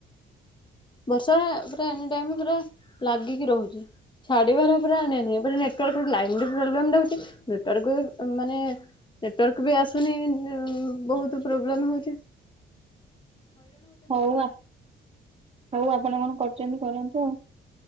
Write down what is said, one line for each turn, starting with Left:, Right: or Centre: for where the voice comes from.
Left: ବର୍ଷା ପୁରା ଏନି ଟାଇମ୍ ପୁରା ଲାଗିକି ରହୁଚି। ଛାଡ଼ିବାର ପୁରା ନେ ନି ଏପଟେ ପୁରା ନେଟୱାର୍କରୁୁ ଲାଇନ୍ ବି ପ୍ରୋବ୍ଲେମ୍ ରହୁଚି। ନେଟୱର୍କ ମାନେ ନେଟୱାର୍କ ବି ଆସୁନି ବହୁତୁ ପ୍ରୋବ୍ଲେମ୍ ହଉଚି।
Right: ହଉ ଆପ୍ ଆପଣ କଣ କରୁଚନ୍ତି କରନ୍ତୁ ଆଉ।